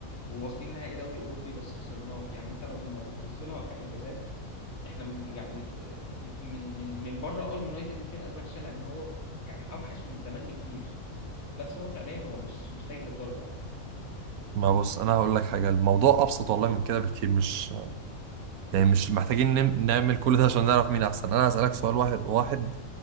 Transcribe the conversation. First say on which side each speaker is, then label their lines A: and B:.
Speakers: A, on the left; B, on the right.
A: وواصلين نهائي دوري اوروبي بس خسرناه يعني انت لو ما بتبص لها كانجازات احنا م- يعني آه، م- من من من بره اه اليونايتد الفرقه الوحشه لان هو يعني اوحش من زمان بكتير بس هو فعليا هو مش مش سيء للدرجه يعني
B: ما بص انا هقول لك حاجه الموضوع ابسط والله من كده بكتير مش يعني مش محتاجين نم- نعمل كل ده عشان نعرف مين احسن انا هسالك سؤال واحد واحد